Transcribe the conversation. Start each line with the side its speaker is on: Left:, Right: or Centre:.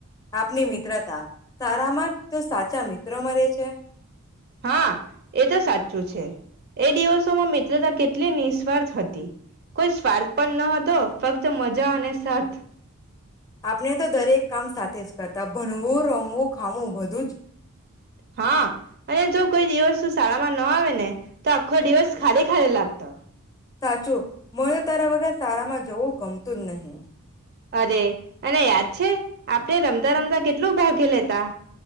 Left: આપની મિત્રતા સારામાં તો સાચા મિત્રો મળે છે
Right: હા એ તો સાચું છે. એ દિવસોમાં મિત્રતા કેટલી નિસ્વાર્થ હતી કોઈ સ્વાર્થ પણ ન હતો ફક્ત મજા અને સાથ
Left: આપણે તો દરેક કામ સાથે જ કરતા ભણવું, રમવું ખાવું બધું જ
Right: હા, અને જો કોઈ દિવસ શાળામાં ના આવે ને તો આખો દિવસ ખાલી ખાલી લાગતો.
Left: સાચું મને તો તારા વગર સારામાં જવું ગમતું જ નહી.
Right: અરે અને યાદ છે આપડણે રમતા રમતા કેટલું ભાગે લેતા.